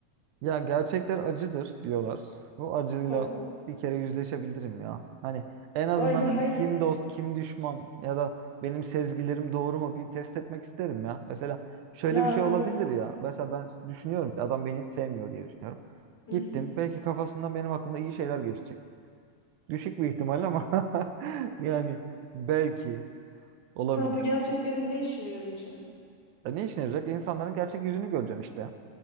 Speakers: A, on the right; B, on the left.
A: Ya gerçekler acıdır diyorlar. Bu acıyla
B: Tamam.
A: bir kere yüzleşebilirim ya. Hani en azından
B: Ay ya
A: hani
B: hayır.
A: kim dost kim düşman ya da benim sezgilerim doğru mu bir test etmek isterim ya. Mesela şöyle
B: Ya
A: bir şey olabilir
B: yok.
A: ya. Mesela ben düşünüyorum ki adam beni hiç sevmiyor diye düşünüyorum.
B: Mhm.
A: Gittim. Belki kafasından benim hakkında iyi şeyler geçecek. Düşük bir ihtimal ama <laughs> yani belki olabilir.
B: Tamam bu gerçek benim ne işime yarayacak?
A: Ya ne işine yarayacak? İnsanların gerçek yüzünü göreceksin işte.